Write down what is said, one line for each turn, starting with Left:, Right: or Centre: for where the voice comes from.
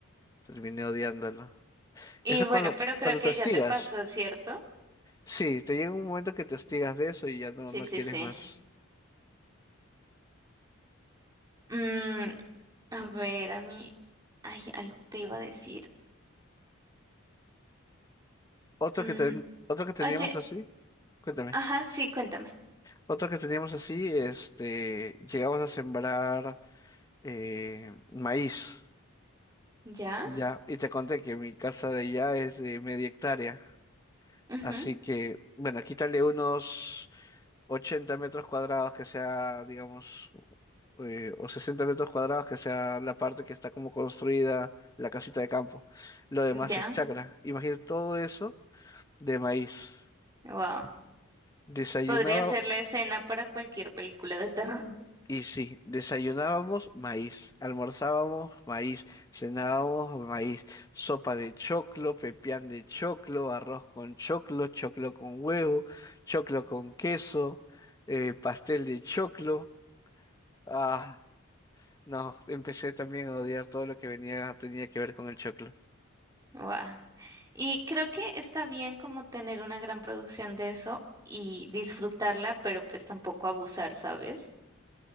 Left: Terminé odiándolo.
Right: Y
Left: Eso es
Right: bueno,
Left: cuando,
Right: pero creo
Left: cuando
Right: que
Left: te hostigas.
Right: ya te pasó, ¿cierto?
Left: Sí, te llega un momento que te hostigas de eso y ya no,
Right: Sí,
Left: no
Right: sí,
Left: quieres
Right: sí.
Left: más.
Right: Mm, a ver, a mí, ay, algo te iba a decir.
Left: Otro
Right: Mm,
Left: que ten- otro que teníamos
Right: Oye,
Left: así, cuéntame.
Right: ajá, sí, cuéntame.
Left: Otro que teníamos así, este, llegamos a sembrar eh, maíz.
Right: ya
Left: Ya, y te conté que mi casa de allá es de media hectárea,
Right: Ujú,
Left: así que, bueno, quítale unos 80 metros cuadrados que sea, digamos, eh, o 60 metros cuadrados que sea la parte que está como construida, la casita de campo. Lo demás
Right: Ya.
Left: es chacra. Imagínate todo eso de maíz.
Right: Wow.
Left: Wow. Desayunaba,
Right: Podría ser la escena para cualquier película de terror.
Left: Y sí, desayunábamos maíz, almorzábamos maíz, cenábamos maíz, sopa de choclo, pepián de choclo, arroz con choclo, choclo con huevo, choclo con queso, eh, pastel de choclo. Ah, no, empecé también a odiar todo lo que venía, tenía que ver con el choclo.
Right: Wow. Y creo que está bien como tener una gran producción de eso y disfrutarla, pero pues tampoco abusar, ¿sabes?